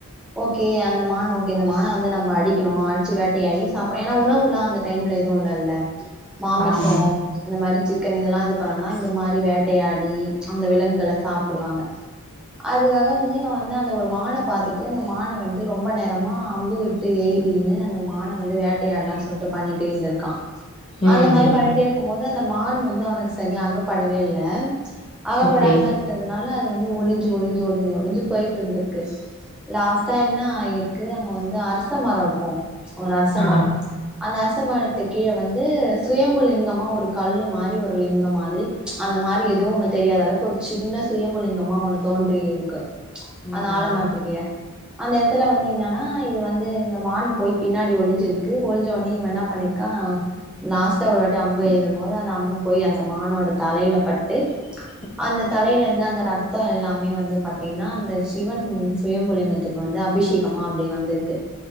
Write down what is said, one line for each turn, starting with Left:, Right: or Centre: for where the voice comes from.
Centre: ஓகே அந்த மான் ஓகே இந்த மான வந்து நம்ம அடி க்கணு அடிச்சு வேட்டையாடி சாப்போ ஏன்னா உணவுல்லா அந்த டைம்ல எதுவு இல்லல்ல மாமிசோ
Left: ஆமா
Centre: இந்த மாரி சிக்கன் இதெல்லா இது பண்ணனுன்னா இந்த மாரி வேட்டையாடி அந்த விலங்குகள சாப்ட்டுவாங்க அதுக்காக வந்து அவ வந்து அந்த ஒரு மான பாத்துட்டு அந்த மான வந்து ரொம்ப நேரமா அம்பு விட் ட்டு எய்தின்னு அந்த மான வந்து வேட்டையாட்லானு சொல்ட்டு பண்ணிட்டே இருந்திருக்கா
Left: ம்
Centre: அந்த மாரி பண்ணிட்டே இருக்கு போது அந்த மான் வந்து அவனுக்கு சரியா அகப்படவே இல்ல அகப்படாம
Left: ஓகே
Centre: இருக்கறதுனால அது வந்து ஒளிஞ்சு ஒளிஞ்சு ஒளிஞ்சு ஒளிஞ்சு போயிட்டு இருந்திருக்கு லாஸ்டா என்ன ஆயிருக்கு அங்க வந்து அரச மரோ இருக்கு ஒரு அரச
Left: ஆ
Centre: மரோ அந்த அரச மரத்து கீழ வந்து சுயம்பு லிங்கமா ஒரு கல்லு மாரி ஒரு லிங்க மாரி அந்த மாரி எதோ ஒன்னு தெரியாத அளவுக்கு ஒரு சின்ன சுயம்பு லிங்கமா ஒண்ணு தோன்றி இருக்கு அந்த
Left: ம்
Centre: ஆழ மரத்து கீழ அந்த எடத்துல வந்து என்னன்னா இது வந்து இந்த மான் போய் பின்னாடி ஒளிஞ்சிருக்கு ஒளிஞ்ச ஒடனே இவ என்ன பண்ணி இருக்கா லாஸ்ட்டா ஒரு வாட்டி அம்பு எய்தும் போது அந்த அம்பு போய் அந்த மானோட தலையில பட்டு
Left: <unintelligible>
Centre: அந்த தலையில இருந்து அந்த ரத் த்தோ எல்லாமே வந்து பாத்தீங்கன்னா அந்த சிவன் சுயம்பு லிங்கத்துக்கு வந்து அபிஷேகமா அப்டி வந்திருக்கு